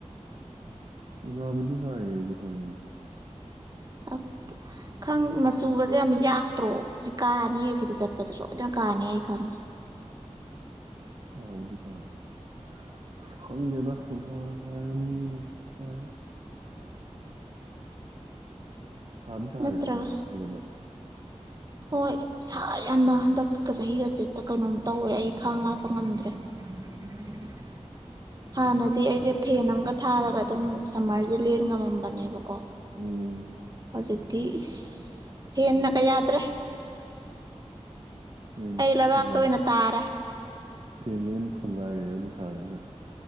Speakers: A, on the right (about 50°); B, on the right (about 35°).
A: ꯑꯣ ꯅꯨꯡꯁꯥꯕꯨꯗꯤ ꯁꯥꯏꯌꯦ ꯑꯩꯖꯨ ꯈꯪꯉꯦ
B: <unintelligible> ꯈꯪ ꯃꯆꯨꯒꯁꯦ ꯌꯥꯝ ꯌꯥꯛꯇ꯭ꯔꯣ ꯁꯤ ꯀꯥꯅꯤꯌꯦ ꯁꯤꯗ ꯆꯠꯄꯗ ꯁꯣꯏꯗꯅ ꯀꯥꯅꯤ ꯑꯩ ꯈꯪꯉꯦ <inaudible>
A: ꯀꯥꯕꯅꯤ ꯀꯥꯅꯤ ꯑꯁ ꯈꯪꯗꯦꯗ ꯒꯌ꯭ꯥꯟ <unintelligible> ꯁꯥꯗꯤ ꯁꯥꯔꯦꯀꯣ
B: ꯅꯠꯇ꯭ꯔꯒ
A: ꯅꯨꯡꯁꯥꯖꯤ ꯐꯖꯅ
B: ꯍꯣꯏ ꯁꯥꯔꯦ ꯌꯥꯝꯅ ꯍꯟꯗꯛꯀ ꯆꯍꯤꯒꯁꯦ ꯀꯩꯅꯣꯝ ꯇꯧꯋꯦ ꯑꯩ ꯈꯥꯡ ꯂꯥꯛꯄ ꯉꯝꯗ꯭ꯔꯦ <unintelligible> ꯍꯥꯟꯅꯗꯤ ꯑꯩꯁꯦ ꯐꯦꯟ ꯑꯃꯒ ꯊꯥꯔꯒ ꯑꯗꯨꯝ ꯁꯝꯃꯔꯁꯦ ꯂꯦꯟ ꯉꯝꯃꯝꯕꯅꯦꯕꯀꯣ
A: ꯎꯝ
B: ꯍꯧꯖꯤꯛꯇꯤ ꯏꯁ ꯐꯦꯟꯅꯒ ꯌꯥꯗ꯭ꯔꯦ
A: ꯐꯦꯟ
B: ꯑꯩ ꯂꯩꯕꯥꯛꯇ
A: ꯐꯨꯒꯥꯏꯔꯦ
B: ꯑꯣꯏꯅ ꯇꯥꯔꯦ
A: ꯐꯦꯟꯒ ꯑꯗꯨ ꯊꯣꯡꯒꯥꯏꯔꯦ ꯅꯨꯡꯁꯥꯁꯤꯅ